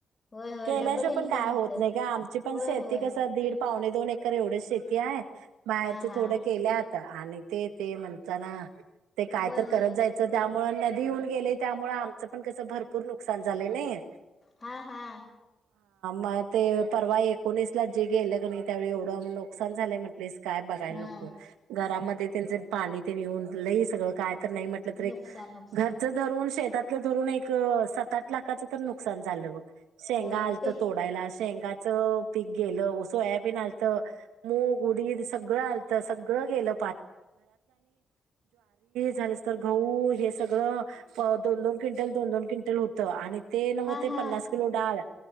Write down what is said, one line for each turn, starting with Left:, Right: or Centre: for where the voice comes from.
Left: होय होय
Right: केल्याशिवाय
Left: डबल
Right: पण
Left: इन्कम
Right: काय
Left: होतय
Right: होत नाही का आमची पण
Left: होय
Right: शेती
Left: होय
Right: कस दीड पावणे दोन एकर एवढे शेती आहे माहेरची
Left: हा
Right: केले
Left: हा
Right: थोडे आत ते ते म्हणता ना ते काय
Left: होय
Right: तर
Left: होय
Right: करत जायचं त्यामुळे नदी येऊन गेले त्यामुळे आमचं पण त्यासं भरपूर नुकसान झाले नाहीे
Left: हा हा
Right: मग ते परवा एकोणीसला जे गेलं क नाही त्यावेळी एवढं नुकसान झालंय म्हटलेस काय बघायला
Left: हा
Right: नको घरामध्ये त्यांच पाणीऊन ल सगळं काय म्हट
Left: नुकसान नुकसान
Right: घरचून शेतात ून स ला नुकसान झालं मग शेंगा
Left: होय हो
Right: आलत
Left: ते
Right: तोडायला शेंगाचं पीक गेलं व सोयाबीन आत मूग उडी सगळं आलत सगळ घ ज झा सगळ दोन दोन क्विंटल दोन दोन क्विंटल होत आणि ते नव्व
Left: हा
Right: ते
Left: हा
Right: पन्नास किलो डाळ